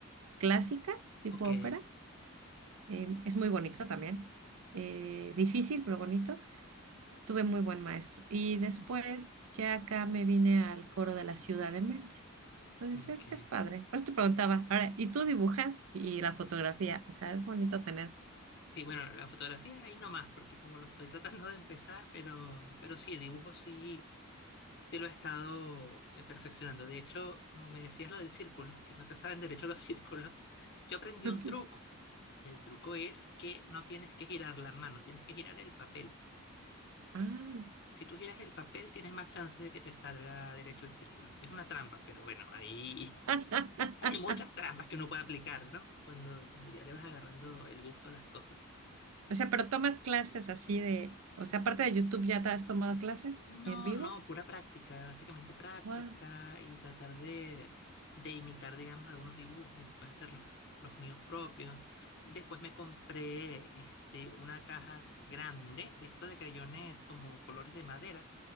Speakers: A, on the right; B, on the left.
A: clásica, tipo
B: ok,
A: ópera Eh, es muy bonito también. Eh, difícil, pero bonito. Tuve muy buen maestro. Y después ya acá me vine al coro de la ciudad de Mérida. Entonces
B: ok.
A: es, es padre. Por eso te preguntaba, ahora, ¿y tú dibujas? Y la fotografía. O sea, es bonito tener.
B: Sí, bueno, la fotografía ahí nomás, porque como lo estoy tratando de empezar, pero, pero sí, dibujo sí, sí lo he estado eh, perfeccionando. De hecho, como me decías lo del círculo, que no te saben derecho los <laughs> círculos, yo aprendí
A: <laughs>
B: un truco. Y el truco es que no tienes que girar la mano, tienes que girar el papel.
A: Ah.
B: Si tú giras el papel, tienes más chance de que te salga derecho el círculo. Es una trampa, pero bueno, ahí
A: <laughs>
B: <laughs> hay muchas trampas que uno puede aplicar, ¿no? Cuando, cuando ya le vas agarrando el gusto a las cosas.
A: O sea, pero tomas clases así de, o sea, aparte de YouTube, ¿ya te has tomado clases
B: No,
A: en vivo?
B: no, pura práctica, básicamente práctica
A: Wow.
B: y tratar de, de imitar, digamos, algunos dibujos y después hacer los, los míos propios. Después me compré este, una caja grande de estos de creyones como colores de madera,